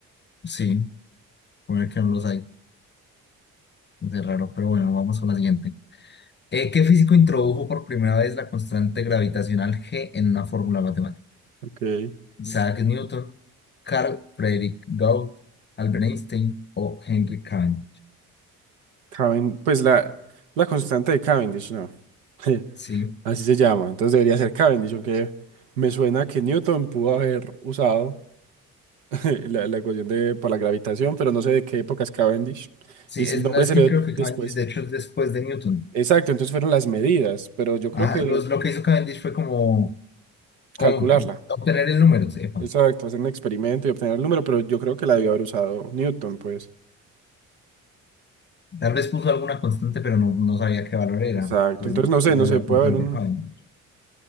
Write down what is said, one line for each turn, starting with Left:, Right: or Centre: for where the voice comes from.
Left: Sí, poner que no los hay. Es raro, pero bueno, vamos con la siguiente. Eh, ¿qué físico introdujo por primera vez la constante gravitacional G en una fórmula matemática?
Right: Ok.
Left: Isaac Newton, Carl Friedrich Gauss, Albert Einstein o Henry Cavendish.
Right: Caven- pues la, la constante de Cavendish, no. <laughs>
Left: Sí,
Right: Así se llama. Entonces debería ser Cavendish, aunque me suena que Newton pudo haber usado <laughs> la, la ecuación de, por la gravitación, pero no sé de qué época es Cavendish.
Left: sí,
Right: Y si
Left: es,
Right: el nombre
Left: no, es
Right: se
Left: que
Right: le
Left: creo
Right: dio
Left: que
Right: después.
Left: Cavendish de hecho es después de Newton.
Right: Exacto, entonces fueron las medidas, pero yo creo
Left: Ah,
Right: que
Left: los, lo que hizo Cavendish fue como, como
Right: calcularla.
Left: obtener el número, sepa.
Right: Exacto, hacer un experimento y obtener el número, pero yo creo que la debió haber usado Newton, pues.
Left: Tal vez puso alguna constante, pero no, no sabía qué valor era.
Right: Exacto,
Left: Entonces,
Right: entonces no sé,
Left: no
Right: no
Left: era
Right: sé,
Left: la
Right: puede
Left: constante
Right: haber un...
Left: de Cavendish.
Right: <clears throat>